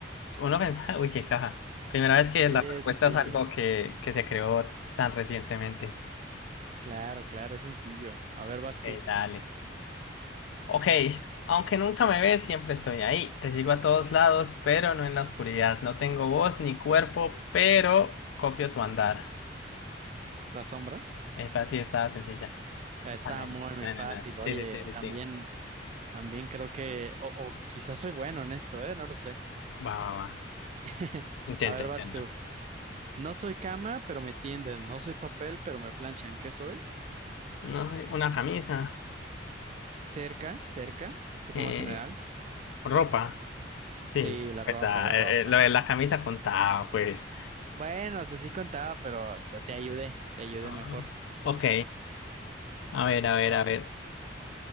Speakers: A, on the left (about 85°); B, on the right (about 40°).
A: Uno piensa, <laughs> uy, qué caja. Primera vez que
B: Sí,
A: la
B: es
A: respuesta
B: sencillo.
A: es algo que, que se creó tan recientemente.
B: Claro, claro, es sencillo. A ver, vas
A: Ok,
B: tú.
A: dale. Ok, aunque nunca me ves, siempre estoy ahí. Te sigo a todos lados, pero no en la oscuridad. No tengo voz ni cuerpo, pero copio tu andar.
B: La sombra.
A: Es así está sencilla.
B: Está
A: Panal.
B: muy, muy
A: No,
B: fácil.
A: no, no. no.
B: Oye,
A: Sí, sí, sí, sí,
B: también,
A: sí.
B: también creo que, o, o quizás soy bueno en esto, ¿eh? No lo sé.
A: Va, va, va.
B: <laughs>
A: Intento,
B: A ver, vas
A: intento.
B: tú. No soy cama, pero me tienden. No soy papel, pero me planchan. ¿Qué soy?
A: No sé, una camisa.
B: Cerca, cerca. Un poco
A: Eh,
B: más general.
A: ropa. Sí,
B: Sí, la ropa,
A: verdad.
B: la ropa.
A: Eh, eh, lo de la camisa contaba, pues.
B: Bueno, o sea, sí contaba, pero te, te ayudé, te ayudé
A: Ah,
B: mejor.
A: ok. A ver, a ver,
B: Va-
A: a ver.